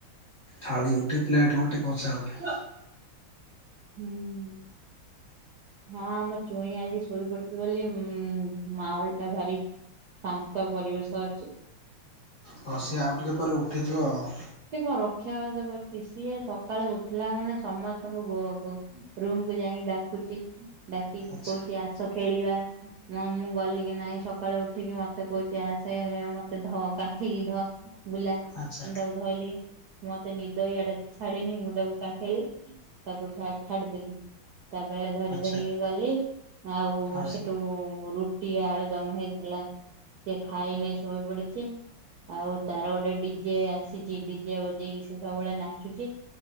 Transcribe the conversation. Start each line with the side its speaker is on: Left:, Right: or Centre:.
Left: ଥାଳି ଗୋଟେ ପ୍ଲେଟ ଗୋଟେ, କଂସା ଗୋଟେ
Right: ହୁଁ, ହୁଁ। ହଁ ଆମ ଚୁଇଁ ଆଜି ଶୋଇ ପଡିଚି ବୋଲି ଉଁ-ମାହୋଲ୍ ଟା ଭାରି ଶାନ୍ତ ପରିବେଶ ଅଛି।
Left: ହ- ସିଏ ଆଉ ଟିକେ ପରେ ଉଠିଯିବ ଆଉ।
Right: ସିଏ କଣ ରକ୍ଷା <unintelligible> କରିଚି ସିଏ ସକାଳୁ ଉଠିଲା ମାନେ ସମସ୍ତେ ସବୁ ବୁ-ରୁମ୍ କୁୁ ଯାଇଁକି ଡାକୁଚି ଡାକିକି
Left: ଆଚ୍ଛା
Right: କହୁଚି ଆସ ଖେଳିବା। ମୁଁ ଗଲି କିି ନାହିଁ ସକାଳୁ ଉଠିକି ମତେ କହୁଚି ଆସେ ମତେ ଧ କାଖେଇକି ଧ। ବୁଲା
Left: ଆଚ୍ଛା
Right: ମୁଁ ତାକୁ ଧଇଲି ମତେ ନିଦ ଇଆଡେ ଛାଡିନି ମୁଁ ତାକୁ କାଖେଇଲି ତାକୁ ଛା- ଛାଡିଦେଲି। ତାପରେ ଧରି
Left: ଆଚ୍ଛା।
Right: ଧରିକି ଗଲି ଆଉ
Left: ଆଚ୍ଛା
Right: ସେଠୁ ରୁ ରୁଟି, ଆଳୁଦମ୍ ହେଇଥିଲା ସେ ଖାଇନି ଶୋଇ ପଡିଚି ଆଉ ତାର ଗୋଟେ ଡିଜେ ସେ- ସେ ଡିଜେ ବଜେଇକି ସେ ସବୁବେଳେ ନାଚୁଚି